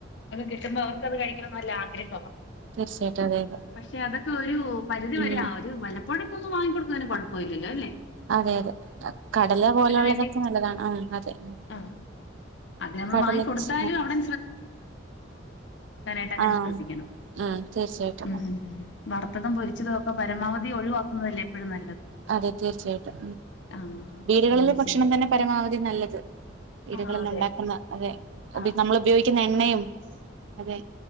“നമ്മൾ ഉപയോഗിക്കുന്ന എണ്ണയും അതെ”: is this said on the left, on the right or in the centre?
Right